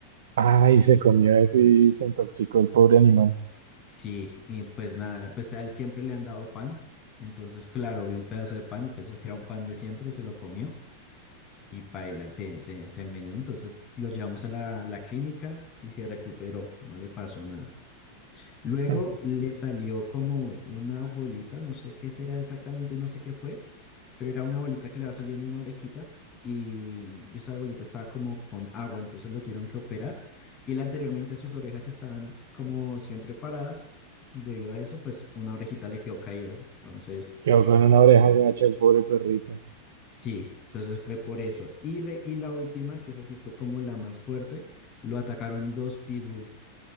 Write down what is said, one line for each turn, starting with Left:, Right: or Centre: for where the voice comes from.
Right: Ay, se
Left: Y-
Right: comió eso y se intoxicó el pobre animal.
Left: Sí, y pues nada, pues a él siempre le han dado pan. Entonces, claro, vio un pedazo de pan y pensó que era un pan de siempre, se lo comió y paila, se, se, se envenenó. Entonces lo llevamos a la, la clínica y se recuperó, no le pasó nada. Luego
Right: Mm.
Left: le salió como una bolita, no sé qué será exactamente, no sé qué fue, pero era una bolita que le va saliendo una orejita y y esa bolita estaba como con agua, entonces lo tuvieron que operar. Y él anteriormente sus orejas estaban como siempre paradas, debido a eso, pues una orejita le quedó caída. Entonces,
Right: Quedó con una oreja gacha el pobre perrito.
Left: sí, entonces fue por eso. Y, re- y la última, que esa sí fue como la más fuerte, lo atacaron dos pitbull